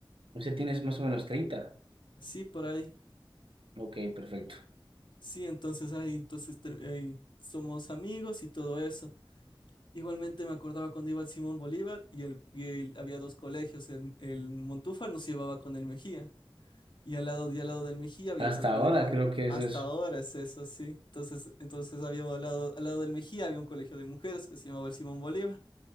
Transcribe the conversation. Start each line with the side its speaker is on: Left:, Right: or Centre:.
Right: O sea, tienes más o menos treinta
Left: Sí, por ahí.
Right: Ok, perfecto.
Left: Sí, entonces ahí, entonces ter- eh, somos amigos y todo eso. Igualmente me acordaba cuando iba al Simón Bolívar y, el, y el- había dos colegios, el, el Montúfar nos llevaba con el Mejía y al lado, y al lado del Mejía había
Right: Hasta
Left: otro colegio,
Right: ahora creo que
Left: hasta
Right: es eso.
Left: ahora es eso, sí. Entonces, entonces había al lado, al lado del Mejía había un colegio de mujeres que se llamaba el Simón Bolívar.